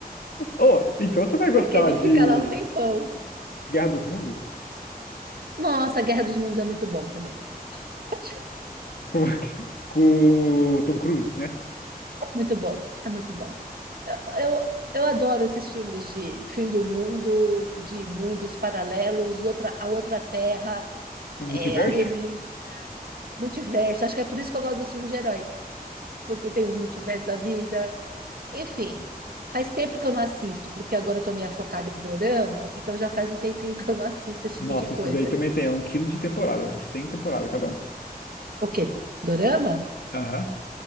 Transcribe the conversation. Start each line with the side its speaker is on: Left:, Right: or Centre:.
Left: Oh, então você vai
Right: porque
Left: gostar
Right: ele
Left: de
Right: fica lá um tempão.
Left: Guerra dos Mundos?
Right: Nossa, Guerra dos Mundos é muito bom também. <laughs>
Left: Com, <laughs> com o Tom Cruise, né?
Right: Muito bom, é muito bom. Eu, eu, eu adoro esses filmes de fim do mundo, de mundos paralelos, outra, a outra terra,
Left: No
Right: é,
Left: multiverso?
Right: alienígena, multiverso. Acho que é por isso que eu gosto dos filmes de herói, porque tem os multiversos da vida. Enfim, faz tempo que eu não assisto, porque agora eu tô meio focada em dorama, então já faz um tempinho que eu não assisto esse tipo
Left: Nossa,
Right: de coisa.
Left: esses daí também tem. É um quilo de temporada. 100 temporadas cada um.
Right: O quê? Dorama?
Left: Aham,